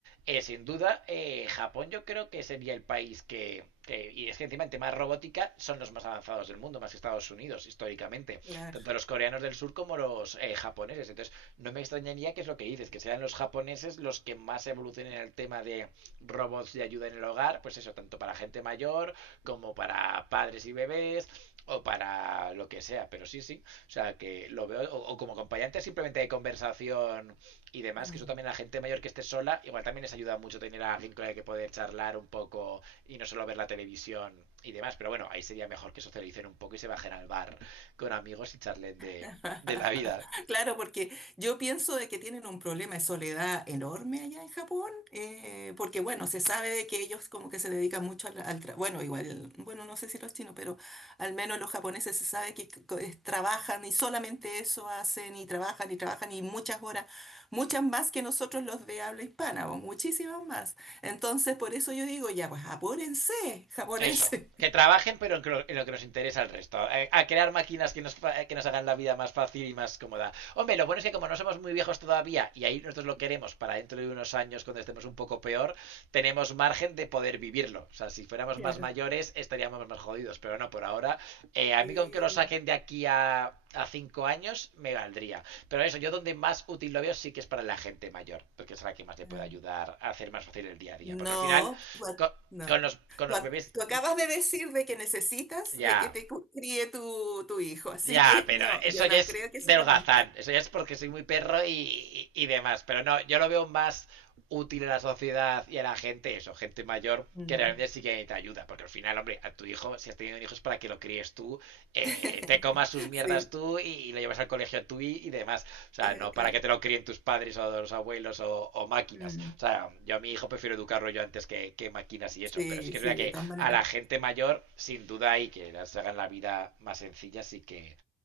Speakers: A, on the right (about 85°); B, in the centre.
A: eh, sin duda, eh, Japón yo creo que sería el país que, que, y es que encima en tema robótica son los más avanzados del mundo, más que Estados Unidos, históricamente.
B: claro.
A: Tanto los coreanos del sur como los eh, japoneses. Entonces, no me extrañaría que es lo que dices, que sean los japoneses los que más evolucionen en el tema de robots de ayuda en el hogar, pues eso, tanto para gente mayor como para padres y bebés o para lo que sea. Pero sí, sí, o sea, que lo veo, o, o como acompañante simplemente de conversación y demás,
B: Mm.
A: que eso también a la gente mayor que esté sola, igual también les ayuda mucho tener a alguien con el que poder charlar un poco y no solo ver la televisión y demás. Pero bueno, ahí sería mejor que socialicen un poco y se bajen al bar con amigos y charlen de,
B: <laughs>
A: de la vida.
B: Claro, porque yo pienso de que tienen un problema de soledad enorme allá en Japón, eh, porque bueno, se sabe de que ellos como que se dedican mucho al, al tra- bueno, igual, bueno, no sé si los chinos, pero al menos los japoneses se sabe que co- es- trabajan y solamente eso hacen y trabajan y trabajan y muchas horas, muchas más que nosotros los de habla hispana, o muchísimas más. Entonces, por eso yo digo, ya, pues apúrense, japoneses.
A: Eso. Que
B: <laughs>
A: trabajen, pero en lo, que nos interesa al resto. Eh, A, crear máquinas que nos, que nos hagan la vida más fácil y más cómoda. Hombre, lo bueno es que como no somos muy viejos todavía, y ahí nosotros lo queremos para dentro de unos años, cuando estemos un poco peor, tenemos margen de poder vivirlo. O sea, si fuéramos
B: Claro.
A: más mayores, estaríamos más jodidos. Pero no, por ahora, eh, a
B: Sí.
A: mí con que lo saquen de aquí a, a cinco años, me valdría. Pero eso, yo donde más útil lo veo sí que es para la gente mayor, porque es la que más le
B: ah.
A: puede ayudar a hacer más fácil el día a día.
B: No,
A: Porque al final...
B: tú ac- no.
A: Con los, con
B: Tú,
A: los
B: ac-
A: bebés.
B: tú acabas de decir de que necesitas
A: Ya.
B: de que te cu- críe tu, tu hijo, así
A: Ya,
B: que
A: pero
B: no,
A: eso
B: yo
A: ya
B: no
A: es
B: creo que
A: del
B: solamente.
A: gazán. Eso ya es porque soy muy perro y, y- y demás. Pero no, yo lo veo más útil a la sociedad y a la gente, eso, gente mayor,
B: Mm.
A: que realmente sí que necesita ayuda. Porque al final, hombre, a tu hijo, si has tenido un hijo es para que lo críes tú, eh,
B: <laughs>
A: te comas tus mierdas
B: Sí,
A: tú y lo llevas al colegio tú y, y demás. O sea,
B: eh,
A: no
B: claro.
A: para que te lo críen tus padres o los abuelos o, o máquinas.
B: Mm.
A: O sea, yo a mi hijo prefiero educarlo yo antes que, que máquinas y
B: Sí,
A: eso. Pero sí que
B: sí,
A: es verdad que
B: de todas maneras.
A: a la gente mayor, sin duda, y que les hagan la vida más sencilla, sí que,